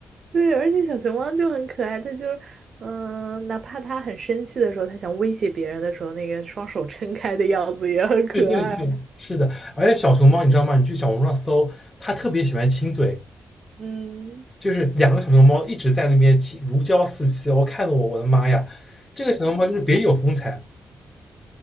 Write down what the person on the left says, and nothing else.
对对对，是的。而且小熊猫你知道吗？你去小红书上搜，它特别喜欢亲嘴，
就是两个小熊猫一直在那边亲，如胶似漆。我看得我我的妈呀，这个小熊猫就是别有风采。